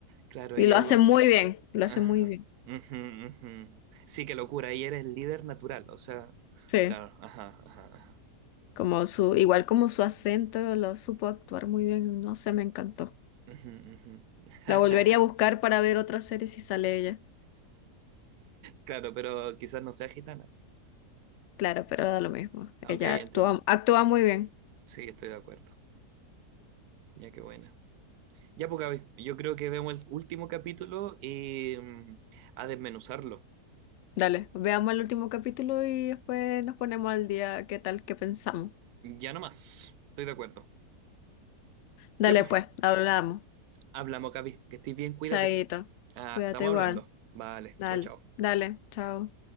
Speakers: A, on the right; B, on the left.
A: Claro,
B: Y
A: oye,
B: lo hace muy bien, lo
A: Ajá.
B: hace muy bien.
A: Ujú, ujú. Sí, qué locura. Y eres líder natural, o sea,
B: Sí,
A: claro, ajá, ajá, ajá.
B: como su, igual como su acento lo supo actuar muy bien. No sé, me encantó.
A: Ujú, ujú. <laughs>
B: La volvería a buscar para ver otra serie si sale ella.
A: Claro, pero quizás no sea gitana.
B: Claro, pero da lo mismo.
A: Aunque
B: Ella
A: ahí
B: actúa,
A: entiendo.
B: actúa muy bien.
A: Sí, estoy de acuerdo. Ya, qué buena. Ya, pues, Gaby, yo creo que vemos el último capítulo y mm, a desmenuzarlo.
B: Dale, veamos el último capítulo y después nos ponemos al día qué tal, qué pensamos.
A: Ya no más. Estoy de acuerdo.
B: Dale
A: Ya, pues,
B: pues, hablamos.
A: hablamos, Gaby. Que estés bien, cuídate.
B: Chaito,
A: Ah,
B: cuídate
A: estamos
B: igual.
A: hablando. Vale,
B: Dale,
A: chao, chao.
B: dale, chao.